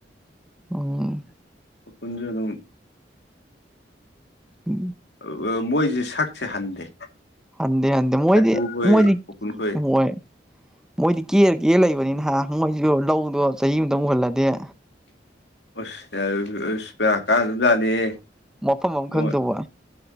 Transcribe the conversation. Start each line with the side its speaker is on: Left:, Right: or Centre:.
Centre: ꯑ
Left: ꯑꯩꯈꯟꯁꯨ ꯑꯗꯨꯝ
Centre: ꯎ
Left: ꯑ ꯑ ꯃꯣꯏꯁꯦ ꯁꯛꯁꯦ ꯍꯟꯗꯦ
Centre: ꯍꯗ ꯍꯥꯏꯗꯤ ꯃꯣꯏꯣꯏꯗꯤ
Left: ꯀꯥꯏꯀꯨꯈꯣꯏ
Centre: ꯃꯣꯏꯗꯤ
Left: ꯕꯨꯀꯨꯟꯈꯣꯏ
Centre: ꯃꯣꯏ ꯃꯣꯏꯗꯤ ꯀꯦꯔ ꯀꯦ ꯂꯩꯕꯅꯤ ꯅꯍ ꯃꯣꯏꯁꯨ ꯂꯧꯗꯣ ꯆꯍꯤ ꯑꯃꯨꯛꯇꯪ ꯃꯨꯍꯜꯂꯗꯤꯦ
Left: <inaudible> ꯎꯁ <unintelligible> ꯚꯦꫪꯥ ꯀꯥꯗꯣꯏꯖꯥꯠꯅꯤꯍꯦ
Centre: ꯃꯐꯝ ꯑꯃ
Left: ꯃꯣꯏ
Centre: ꯈꯪꯗꯧꯕ